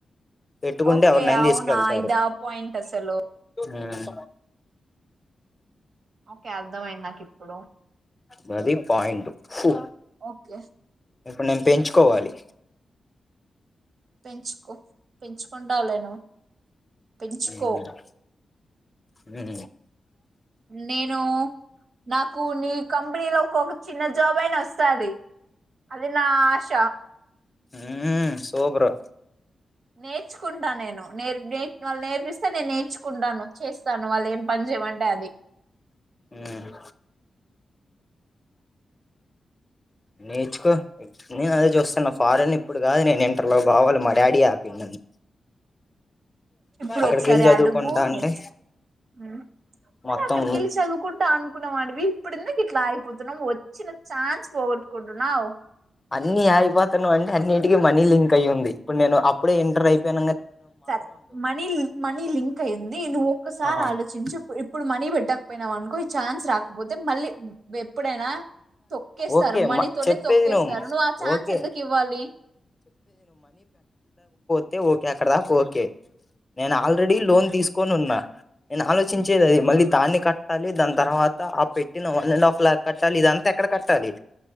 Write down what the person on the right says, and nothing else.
ఓకే
అవునా
ఇదా పాయింట్ అసలు
ఓకే అర్థమైంది నాకి ఇప్పుడు
ఓకే
పెంచుకో పెంచు కుంటవ్ లే నువ్వు పెంచుకో
నేను నాకు నీ కంపెనీ లో ఒక్క చిన్న జ జాబ్ అయినా వస్తాది అది నా ఆశ
నేర్చుకుంటా నేను నే నేర్బ్ వాళ్ళు నేర్పిస్తే నేర్చు కుంటాను చేస్తాను వాళ్ళు ఏం పని చేయమంటే అది
ఇప్పుడు
ఒక సారి
అడుగు
నేర్చు మ్మ్
అక్కడికి వెెళ్ళి చదువుకుంటా అనుకున్నా వాడివి ఇప్పుడు ఎందుకు ఇట్లా ఆగిపోతున్నావ్ వచ్చిన ఛాన్స్ పోగొట్టుకుంటున్నావు
సరే మనీ మనీ లింక్ అయింది నువ్వు ఒక్కసారి
ఆలోచించు ఇపు ఇప్పుడు మనీ బెట్టకు పోయినవ్ అనుకో ఈ ఛాన్స్ రాకపోతే మళ్ళీ బె ఎప్పుడైనా తొక్కేస్తారు
మనీతోనే
తొక్కేస్తారు. నువ్వు ఆ ఛాన్స్
ఎందుకు ఇవ్వాలి?